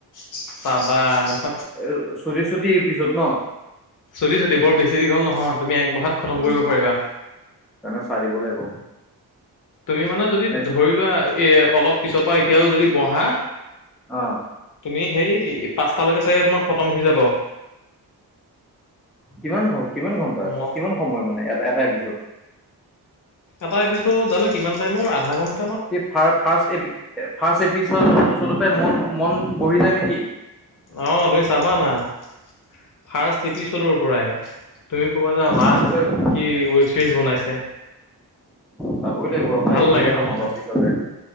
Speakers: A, on the left (about 50°); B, in the centre.
A: <unintelligible>
B: এ <unintelligible> পিছত ন?
A: ছুটি চুট বৰ বেছি দীঘল নহয় তুমি এক বহাত খতম
B: উম।
A: কৰিব পাৰিবা।
B: তেনে চাই দিব লাগিব
A: তুমি মানে যদি
B: একদম।
A: ধৰি লোৱা এ অলপ পিছৰ পৰা এতিয়াও যদি বহা।
B: আহ'
A: তুমি সেই পাঁচটালৈকে চাগে তোমাৰ খতম হৈ যাবা।
B: কিমান ঘ, কিমান ঘন্টাৰ,
A: ম
B: কিমান সময় মানে এটা, এটা এপিছদ
A: এটা এপিছড জানো কিমান টাইমৰ, আধা ঘণ্টা
B: <unintelligible> মন বহি যায় নেকি?
A: অ' তুমি চাবা না, ৰ্ফাষ্ট এপিচডৰ পৰাই তুমি কবা যে ৱাহ!
B: চাব লাগিব
A: কি ৱেব ছিৰিজ বনাইছে।
B: চাবই লাগিব ৰখা,
A: ভাল
B: এতিয়াই
A: লাগে
B: চাম
A: মুঠতে
B: অলপ পিছতে।